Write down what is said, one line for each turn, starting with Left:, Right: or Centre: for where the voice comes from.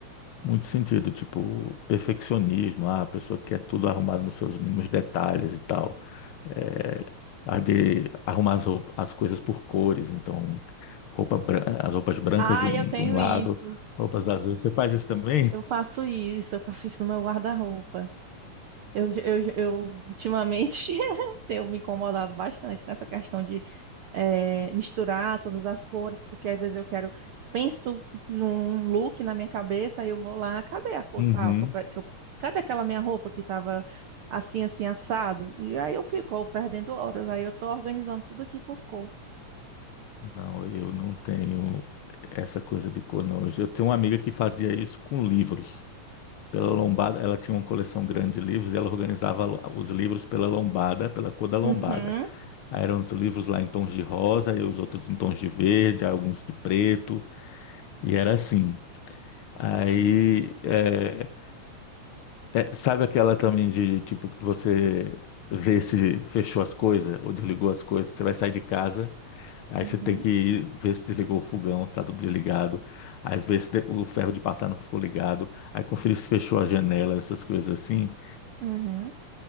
Left: muito sentido, tipo, perfeccionismo, ah, a pessoa quer tudo arrumado nos seus mínimos detalhes e tal. É, a de arrumar as, roup- as coisas por cores, então, roupa, bran- as roupas brancas
Right: Ah,
Left: de um,
Right: eu tenho
Left: de um lado,
Right: isso.
Left: roupas azuis. Você faz isso também?
Right: Eu faço isso, eu faço isso no meu guarda-roupa. Eu, eu, eu ultimamente <laughs> tenho me incomodado bastante com essa questão de eh, misturar todas as cores, porque às vezes eu quero, penso num look na minha cabeça, aí eu vou lá, cadê a cor
Left: Uhum.
Right: tal? Que eu, pe- que eu- cadê aquela minha roupa que estava assim, assim, assado? E aí eu fico "Oh, perdendo horas, aí eu tô organizando tudo aqui por cor.
Left: Não, eu não tenho essa coisa de cor, não. Eu tenho uma amiga que fazia isso com livros. Pela lombada, ela tinha uma coleção grande de livros e ela organizava os livros pela lombada, pela cor da lombada.
Right: Uhum,
Left: Aí eram os livros lá em tons de rosa, e os outros em tons de verde, aí alguns de preto, e era assim. Aí, é, é, sabe aquela também de, tipo, que você vê se fechou as coisas ou desligou as coisas, você vai sair de casa, aí
Right: uhum,
Left: você tem que ir ver se desligou o fogão, se tá tudo desligado, aí ver se de- o ferro de passar não ficou ligado, aí conferir se fechou a janela, essas coisas assim.
Right: uhum.